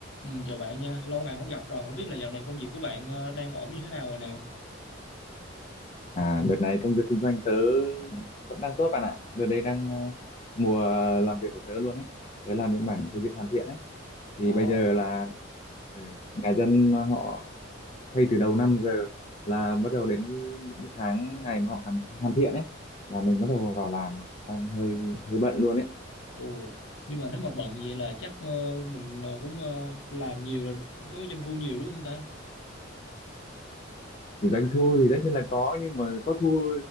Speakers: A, on the left (about 70°); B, on the left (about 35°).
A: Ừ, chào bạn nha, lâu ngày không gặp rồi, không biết là dạo này công việc của bạn ờ, đang ổn như thế nào rồi nè.
B: À, đợt này công việc kinh doanh tớ vẫn đang tốt bạn ạ. Đợt đây đang ờ, mùa làm việc của tớ luôn ấy. Tớ làm bên mảng xây dựng hoàn thiện ấy. Thì
A: Ồ,
B: bây giờ là ừ, nhà dân mà họ thay từ đầu năm giờ là bắt đầu đến cái- những cái tháng ngày mà họ hoàn hoàn thiện ấy là mình bắt đầu vào làm rồi. Đang hơi hơi bận luôn ấy.
A: ồ, nhưng mà nếu mà bận vậy là chắc ờ, mình ờ, cũng ờ, làm nhiều là có doanh thu nhiều đúng không ta?
B: Kiểu doanh thu thì tất nhiên là có nhưng mà có thu